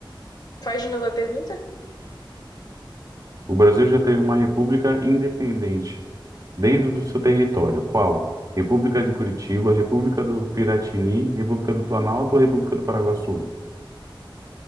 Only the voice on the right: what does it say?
O Brasil já teve uma república independente dentro do seu território. Qual? República de Curitiba, República do Piratini, República do Planalto ou República do Paraguaçu?